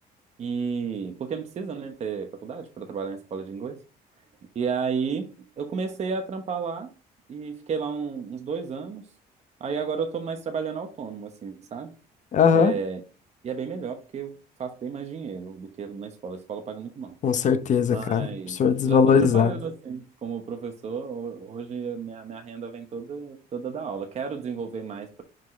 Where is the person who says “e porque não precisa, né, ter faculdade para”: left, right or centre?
Right